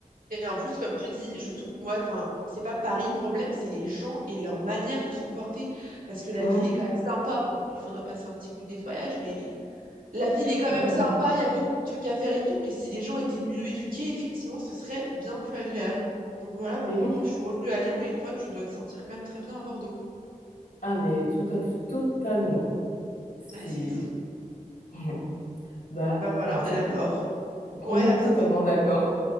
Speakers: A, on the right (about 80°); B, on the left (about 80°).
A: Et en plus, comme tu dis, je trouve, moi, enfin, c'est pas Paris le problème, c'est les gens et leur manière de se comporter. Parce que la
B: Mm,
A: ville est quand même sympa. Bon, il faudrait passer un petit coup de nettoyage, mais la ville est quand
B: Vraiment.
A: même sympa, il y a beaucoup de trucs à faire et tout. Mais si les gens étaient mieux éduqués, effectivement, ce serait bien plus agréable. Donc voilà pourquoi
B: Mais oui.
A: moi je suis revenue à Lyon et toi, tu dois te sentir quand même très bien à Bordeaux.
B: Ah, mais tout à, totalement. C'est.
A: Ouais, c'est fou.
B: <laughs> Bah,
A: Bah voilà,
B: à
A: on
B: bientôt.
A: est d'accord. Ouais,
B: On est
A: à bientôt.
B: totalement d'accord.